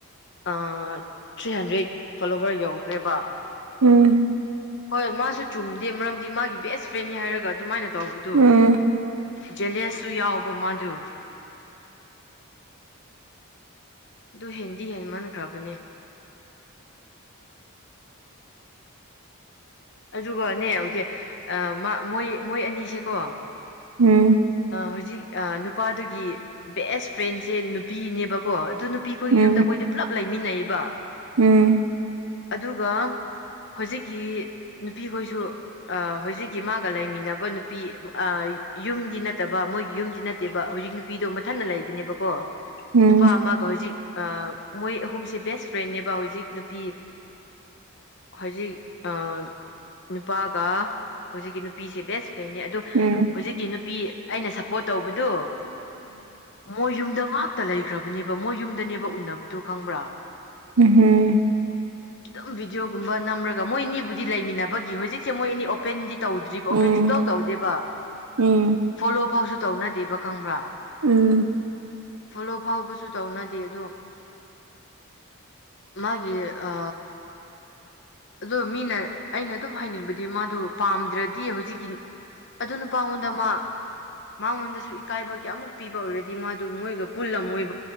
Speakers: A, on the left; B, on the right.
A: ꯑ ꯍꯣ ꯍꯣꯏ ꯊ꯭ꯔꯤꯍꯟꯗ꯭ꯔꯦꯗ ꯐꯣꯂꯣꯋ꯭ꯔ ꯌꯧꯒ꯭ꯔꯦꯕ
B: ꯎꯝ
A: ꯍꯣꯏ ꯃꯥꯁꯨ ꯆꯨꯝꯗꯦ ꯃꯔꯝꯗꯤ ꯃꯥꯒꯤ ꯕꯦꯁ ꯐ꯭ꯔꯦꯟꯅꯤ ꯍꯥꯏꯔꯒ ꯑꯗꯨꯃꯥꯏꯅ ꯇꯧꯕꯗꯨ
B: ꯎꯝ
A: ꯖꯦꯂꯤꯌꯁ ꯇꯨ ꯌꯥꯎꯕꯃꯥꯁꯨ ꯑꯗꯨ ꯍꯦꯟꯗꯤ ꯍꯦꯟꯃꯟꯈ꯭ꯔꯕꯅꯦ ꯑꯗꯨꯒꯅꯦ ꯍꯧꯖꯤꯛ ꯑ ꯃꯣꯏ ꯃꯣꯏ ꯑꯅꯤꯁꯦꯀꯣ
B: ꯎꯝ
A: ꯍꯧꯖꯤꯛ ꯅꯨꯄꯥꯗꯨꯒꯤ ꯕꯦꯁ ꯐ꯭ꯔꯦꯟꯁꯦ ꯅꯨꯄꯤꯅꯦꯕꯀꯣ ꯑꯗꯨ ꯅꯨꯄ|| ꯅꯨꯄꯤꯈꯣꯏꯒꯤ
B: ꯎꯝ
A: ꯌꯨꯝꯗ ꯃꯣꯏꯗꯤ ꯄꯨꯜꯂꯞ ꯂꯩꯃꯤꯟꯅꯩꯕ
B: ꯎꯝ
A: ꯑꯗꯨꯒ ꯍꯧꯖꯤꯛꯀꯤ ꯅꯨꯄꯤꯈꯣꯏꯁꯨ ꯑ ꯍꯧꯖꯤꯛꯀꯤ ꯃꯥꯒ ꯂꯩꯃꯤꯟꯅꯕ ꯅꯨꯄꯤ ꯑꯥ ꯌꯨꯝꯗꯤ ꯅꯠꯇꯕ ꯃꯣꯏꯒꯤ ꯌꯨꯝꯗꯤ ꯅꯠꯇꯦꯕ ꯍꯧꯖꯤꯛ ꯅꯨꯄꯤꯗꯣ ꯃꯊꯟꯅ ꯂꯩꯕꯅꯦꯕꯀꯣ
B: ꯎꯝ
A: ꯅꯨꯄꯥ
B: ꯎꯝ
A: ꯑꯃꯒ ꯍꯧꯖꯤꯛ ꯑ ꯃꯣꯏ ꯑꯍꯨꯝꯁꯦ ꯕꯦꯁ ꯐ꯭ꯔꯦꯟꯅꯕ ꯍꯧꯖꯤꯛ ꯅꯨꯄꯤ ꯍꯧꯖꯤꯛ ꯑ ꯅꯨꯄꯥꯒ ꯍꯧꯖꯤꯛꯀꯤ ꯅꯨꯄꯤꯁꯦ ꯕꯦꯁ ꯀꯩꯅꯤ ꯑꯗꯨ
B: ꯎꯝ
A: ꯍꯨꯖꯤꯛꯀꯤ ꯅꯨꯄꯤ ꯑꯩꯅ ꯁꯄꯣꯔꯠ ꯇꯧꯕꯗꯨ ꯃꯣꯏ ꯌꯨꯝꯗ ꯉꯥꯛꯇ ꯂꯩꯈ꯭ꯔꯕꯅꯦꯕ ꯃꯣꯏ ꯌꯨꯝꯗꯅꯦꯕ ꯎꯅꯕꯗꯨ ꯈꯪꯕ꯭ꯔꯥ
B: ꯎꯝ
A: ꯑꯗꯨꯝ ꯚꯤꯗꯤꯑꯣꯒꯨꯝꯕ ꯅꯝꯔꯒ ꯃꯣꯏ ꯑꯅꯤꯕꯨꯗꯤ ꯂꯩꯃꯤꯟꯅꯕꯒꯤ ꯍꯧꯖꯤꯛꯁꯦ ꯃꯣꯏ ꯑꯅꯤ ꯑꯣꯄꯦꯟꯗꯤ ꯇꯧꯗ꯭ꯔꯤꯕ
B: ꯎꯝ
A: ꯑꯣꯄꯦꯟ ꯁꯨꯛꯇꯧ ꯇꯧꯗꯦꯕ
B: ꯎꯝ ꯎꯝ
A: ꯐꯣꯂꯣ ꯐꯥꯎꯁꯨ ꯇꯧꯅꯗꯦꯕ ꯈꯪꯕ꯭ꯔꯥ
B: ꯎꯝ
A: ꯐꯣꯂꯣ ꯐꯥꯎꯕꯁꯨ ꯇꯧꯅꯗꯦ ꯑꯗꯣ ꯃꯥꯒꯤ ꯑ ꯑꯗꯣ ꯃꯤꯅ ꯑꯩꯅ ꯑꯗꯨꯝ ꯍꯥꯏꯅꯤꯡꯕꯗꯤ ꯃꯥꯗꯣ ꯄꯥꯝꯗ꯭ꯔꯗꯤ ꯍꯧꯖꯤꯛꯀꯤ ꯑꯗꯨ ꯅꯨꯄꯥꯉꯣꯟꯗ ꯃꯥ ꯃꯉꯣꯟꯗꯁꯨ ꯏꯀꯥꯏꯕ ꯀꯌꯥꯃꯨꯛ ꯄꯤꯕ ꯑꯣꯏꯔꯗꯤ ꯃꯥꯗꯨ ꯃꯣꯏꯒ ꯄꯨꯜꯂꯝꯃꯣꯏꯕ